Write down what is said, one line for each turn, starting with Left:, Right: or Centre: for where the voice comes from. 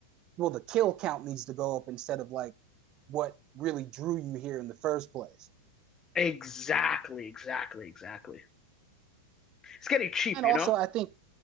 Right: well, the kill count needs to go up instead of like what really drew you here in the first place.
Left: exactly, exactly, exactly. It's getting cheap,
Right: And also,
Left: you know.
Right: I think